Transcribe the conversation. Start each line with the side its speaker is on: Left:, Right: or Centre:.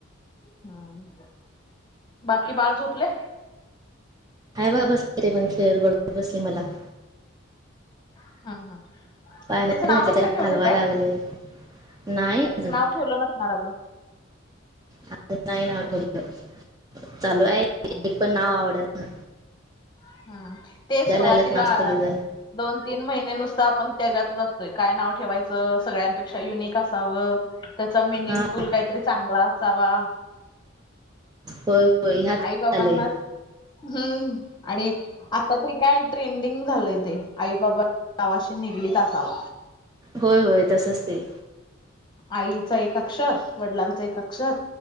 Left: हम्म बाकी बाळ झोपले
Right: हाय बा बसले ते पण खेळत बघर बसले मला
Left: हा हा
Right: पाण्यात
Left: त्याच नाव
Right: घातले
Left: वगैरे
Right: त्याला
Left: ठेवलंय
Right: हलवा
Left: काय
Right: लागले नाही अजून
Left: नाव ठेवलं नसणार अजून
Right: आ नाही नाव
Left: हं
Right: ठेवलं चालू आहे
Left: हं
Right: एक पण नाव आवड ना
Left: हम्म ते सुरुवातीला
Right: लागलेत नाव सगळेजण
Left: दोन तीन महिने नुसत आपण त्याच्यातच असतोय काय नाव ठेवायचं सगळ्यां ेक्षा युनिक असाव त्याचा मिनिंग
Right: हा
Left: फुल काहीतरी चांगला असावा
Right: होय होय ह्यात
Left: आई बाबाांना
Right: आलंय
Left: हम्म आणि आता तरी काय ट्रेंडिंग झालंय ते आई बाबा गावाशी निगडीत असावा
Right: होय होय तसच ते
Left: आईचा एक अक्षर वडिलांचा एक अक्षर